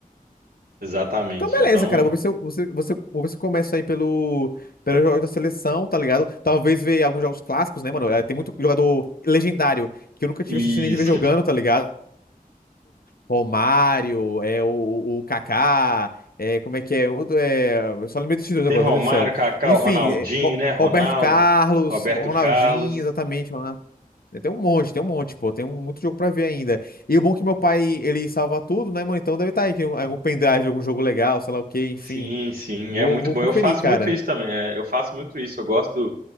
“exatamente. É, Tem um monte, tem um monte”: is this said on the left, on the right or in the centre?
Left